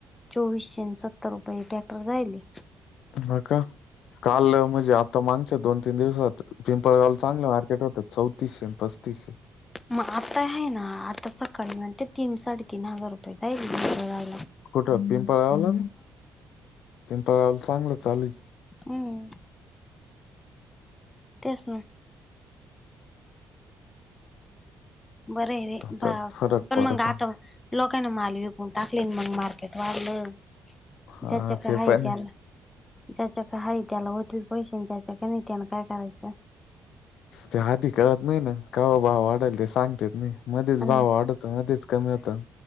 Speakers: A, on the left; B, on the left.
A: चोवीसशे सत्तर रुपये ट्रॅक्टर जायली
B: नका काल म्हणजे आत मागच्या दोन तीन दिवसात पिंपळ गावल चांगले मार्केट होतात चौतीसशे पस्तीसशे
A: मग आता आहे ना आता सकाळी म्हण तीन साडेतीीन हजार रुपये जाईल म बरायला
B: कुठं पिंपळ गावला पिंपळ गावाला चांगलं चालीन
A: हम् तेच ना बरं रे
B: आता
A: प
B: फरक
A: पण
B: पडतो
A: मंग आता लोकांना माल विकून टाकले मग मार्केट वाारलं ज्याच
B: हा ते
A: काय
B: पण
A: त्याला
B: आहे.
A: ज्याच्या काय हा त्याला होतील पैसे आणि ज्याच्या का नाही त्याना काय करायच
B: त्या हाती कळत नाही ना कावा भाव वाढाल ते सांगतेच नाही मध्येच
A: आणि
B: भाव वाढत मध्येच कमी होतं